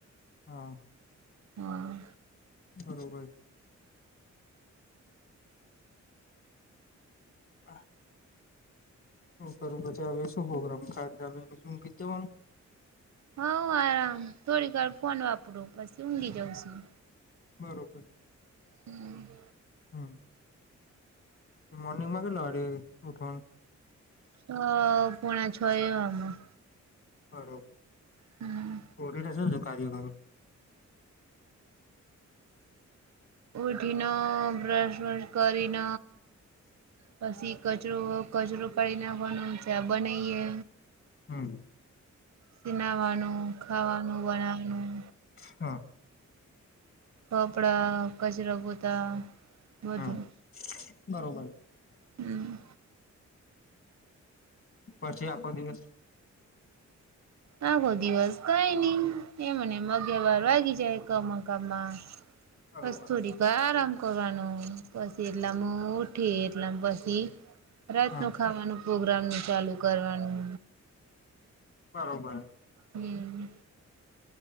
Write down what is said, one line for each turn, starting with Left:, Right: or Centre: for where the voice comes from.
Left: હા.
Right: હા
Left: બરોબર. આ હવ ખરું પછી હવે શું પ્રોગ્રામ ખાટ ડાલીન પછી ઉઘી જ જવાનું?
Right: હા આ થોડી વાર ફોન વાપરુ પસી ઊંઘી જઉં શું.
Left: બરોબર.
Right: હમ
Left: હમ્મ, પ મોર્નિંગમાં કેટલા વાગે ઉઠવાનું?
Right: અ પોણા છો એવામાં
Left: બરોબર,
Right: હમ
Left: તો ઉઠીને શું શું કાર્ય કરો?
Right: ઉઠી ન બ્રશ વશ કરીન પસી કચરો કચરું કાઢી નાખવાનો, ચા બનાઈએ.
Left: હમ્મ.
Right: ત નાહવાનું, ખાવાનું બનાવાનું.
Left: છા.
Right: કપડાં, કચરા, પોતા બધું
Left: હમ્મ, બરોબર.
Right: હમ્મ.
Left: પછી આખો દિવસ?
Right: આખો દિવસ કઈ ની એમને એમ અગિયાર બાર વાગી જાય. કમ કામાં
Left: બરોબર
Right: વસ્તુ ડી પા આરામ કરવાનું પછી એટલામાં મુ ઉઠી એટલામાં પસી રાતનો
Left: હા
Right: ખાવાનું પ્રોગ્રામનું ચાલુ કરવાનું.
Left: બરોબર.
Right: હમ્મ.